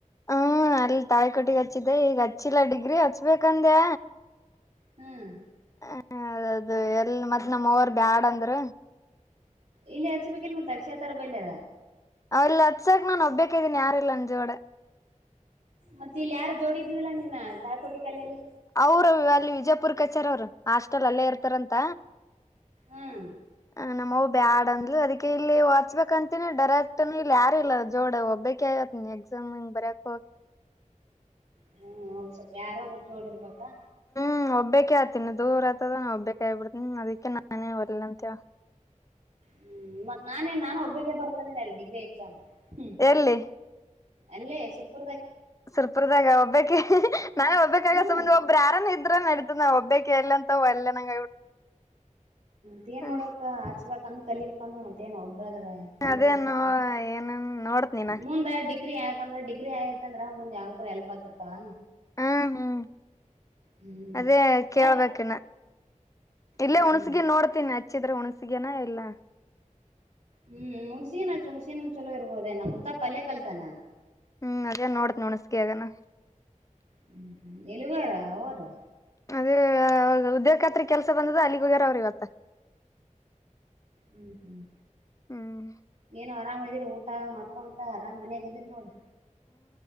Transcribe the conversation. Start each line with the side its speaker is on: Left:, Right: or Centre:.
Left: ಹ್ಮ್ ಅಲ್ಲಿ ತಾಯಿ ಕೊಟ್ಟಿಗೆ ಹಚ್ಚಿದ್ದೆ ಈಗ ಹಚ್ಚಿಲ್ಲ ಡಿಗ್ರಿ ಹಚ್ಬೇಕಂದೆ
Right: ಹ್ಮ್
Left: ಹ ಅದದು ಎಲ್ ಮತ್ ನಮ್ಮ ಅವರ್ ಬ್ಯಾಡ ಅಂದ್ರ
Right: ಇಲ್ಲಿ ಯಚ ಬಲ್ ಮತ್ತ ಅಕ್ಷೇತ್ರರ ಲ್ಲರ
Left: ಅವಲ್ಲ ಹತ್ಕ್ ನಾನು ಒಬ್ಬಕ್ ಇದ್ದೀನಿ ಯಾರಿಲ್ಲ ನ ಜೋಡೆ
Right: ಮತ್ತೆ ಇಲ್ಲಿ ಯಾರು ಜೋಡಿದಿದಿಲ್ಲಾ ನಿನ್ನ ತಾಕೋಟಿ ಕಲೆಯಲ್ಲಿ
Left: ಅವರು ಅಲ್ಲಿ ವಿಜಯಪುರ್ ಕಚಾರ ಅವರು ಹಾಸ್ಟೆಲ್ ಅಲ್ಲೇ ಇರ್ತಾರಂತ
Right: ಹ್ಮ್
Left: ಹ ನಮ್ಮ ಬ್ಯಾಡ್ ಅಂದ್ಲು ಅದಕ್ಕೆ ಇಲ್ಲಿ ಒಡ್ಸಬೇಕಂತ ಡೈರೆಕ್ಟ್ ಇಲ್ಲಿ ಯಾರಿಲ್ಲ ಜೋಡ ಒಬ್ಬಕ ಆಗತ್ ನೀ ಎಕ್ಸಾಮ್ ಹಿಂಗ ಬರಯಕ್
Right: ಹ್ಮ್ ಅವ್ ಸ್ವಲ್ಪ ಯಾರುರು ಜೋಡಿರ್ಬೇಕಾ
Left: ಹ್ಮ ಒಬ್ಬೆ ಆತೀನಿ ದೂರ ಆತದ ಒಬ್ಬಕ ಆಗ್ಬಿಡ್ತೀನಿ ಅದಿಕ್ಕೆ ನಾನೇ ಹೊರ್ಲ್ಲಂತ
Right: ಹ್ಮ್ ಮತ್ ನಾನನ್ ನಾನು ಒಬ್ಬೆ ಬರ್ದ ನೀನಲ್ಲ ಡಿಗ್ರಿ ಎಕ್ಸಾಮ್ ಹ್ಮ್
Left: ಎಲ್ಲಿ
Right: ಅಲ್ಲೇ ಸ್ವಲ್ಪ
Left: ಸವಲ್ಪರ್ದಾಗ ಒಬ್ಬಕ ನಾನೇ ಒಬ್ಬಾಗ
Right: ಹ್ಮ್
Left: ಸಂಬಂ ಒಬ್ಬರು ಯಾರಾನ ಇದ್ದ ಡ್ ಒಬ್ಬೇ ಕೇರ್ಲ ಅಂತ ಅಲ್ಲ ನಗೆ
Right: ದ ಏನ್
Left: ಹ್ಮ್
Right: ಮಾಡೋಡ್ಬೇಕಕ್ಕ ಹಚ್ಬೇಕಂತ ಕಲಿಪ್ಪಂದ ನ ಒಬ್ರಾದ್ರ ಹಲೇಬೇಕತ
Left: ಅದೇ ನೋ ಏನ ನೋಡ್ತನಿ ನಾ
Right: ಮುಂದಡ್ ಡಿಗ್ರಿ ಯಾಕಂದ್ರೆ ಡಿ್ರಿ ಆಯತಂದ್ರ ಮುಂದ ಯಾವಕರ ಎಲ್ಪ್ ಆತಿರ್ತವ
Left: ಹ್ಮ್ ಹ್ಮ್
Right: ಹ್ಮ್
Left: ಅದೇ ಕೇಳ್ಬೇಕನಾ
Right: ಗೊತ್
Left: ಇಲ್ಲೇ
Right: ಹ್ಮ್
Left: ಹುಣ್ಸಗ ನೋಡ್ತೀನಿ ಹಚ್ಚಿದ್ರ ಹುಣಸಗನ ಇಲ್ಲ
Right: ಹ್ಮ್ ಹುಣ್ಸಿನು ಹುಣಸಿನ ಚಲೋ ಇರ್ಬೋದೇ ನಮ್ಮ ಮುದ್ದ ಪಲ್ಯೆ ಕಲ್ತಾನ
Left: ಹ್ಮ್ ಅದ ನೋಡತ್ ನುಣಸಗೆಯಗನ
Right: ಹ್ಮ ಹ್ಮ ಎಲ್ಲಿವರ ಅವ ಅವ
Left: ಅದೇ ಉದ್ಯೋಗ ಖಾತ್ರಿ ಕೆಲ್ಸ ಬಂದದ ಅಲ್ಲಿಗುಗರ ಅವ್ರ ಇವತ್ತ
Right: ಹ್ಮ್ ಹ್ಮ್
Left: ಹ್ಮ್
Right: ಏನೋ ಆರಾಮ್್ದ್ರೆ ಟ್ಟ ಊಟ ಮಾಡ್ಕೊ ಅಂತ ಆರಾಮ್ ಮನ್ಯಾಗ ಇದಿದ್ರರಿ ನೋಡಿ